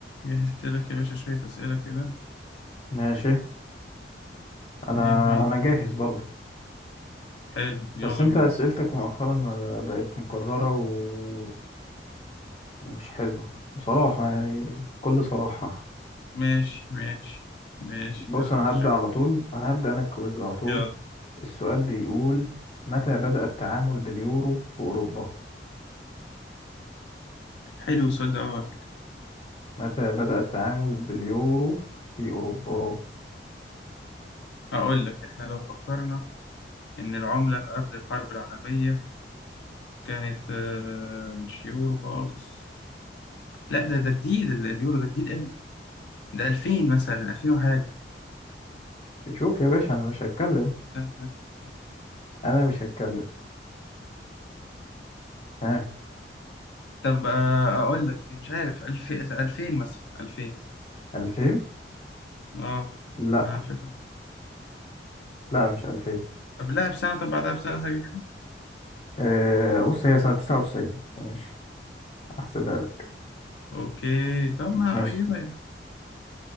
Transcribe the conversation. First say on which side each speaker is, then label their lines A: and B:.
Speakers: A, on the left; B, on the left.
A: جهزت لك يا باشا شوية أسئلة كده
B: ماشي انا
A: إيه عايز
B: انا جاهز برضه
A: حلو يلا
B: بس انت
A: بينا
B: اسئلتك مؤخرا ما بقت مكررة و- ومش حلوة بصراحة يعني بكل صراحة
A: ماشي ماشي ماشي
B: بص
A: أنا
B: انا
A: متشكر
B: هبدأ على طول انا هبدأ انا الكويز على طول
A: يلا
B: السؤال بيقول متى بدأ التعامل باليورو في اوروبا
A: حلو السؤال ده أوي على فكرة
B: متى بدأ التعامل باليورو في اوروبا
A: أقول لك إحنا لو فكرنا إن العملة قبل الحرب العالمية كانت آه، مش يورو خالص لا ده ده جديد ال- اليورو ده جديد أوي ده 2000 مثلا 2000 وحاجة
B: شوف يا باشا انا مش هتكلم
A: استنى.
B: انا مش هتكلم ها
A: طب آه، أقول لك مش عارف 1000 2000 مثلا 2000
B: 2000
A: أه
B: لا
A: ما فكرة
B: لا مش 2000
A: قبلها بسنة طب بعدها بسنة حاجة
B: أه بص هي سنة 99 فمش هحسبها لك
A: اوكي طب ما
B: ماشي
A: قريبة يبقى